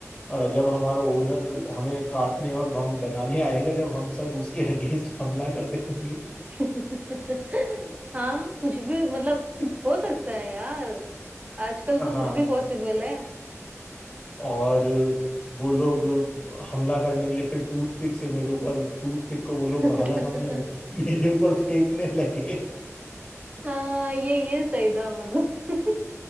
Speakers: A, on the left; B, on the right.
A: अ, जब हमारा ओनर हमें काटने और हम बनाने आएगा जब हम सब उसके <laughs> अगेंस्ट हमला कर देंगे
B: <laughs> हाँ कुछ भी मतलब
A: <laughs>
B: हो सकता है यार आजकल
A: हाँ
B: तो कुछ भी पॉसिबल है
A: और वो लोग हमला करने के लिए फिर टूथपिक से मेरे ऊपर टूथपिक को वो लोग
B: <laughs>
A: भाला समझे और मेरे ऊपर फेंकने लगे
B: हाँ ये ये सही था मतलब <laughs>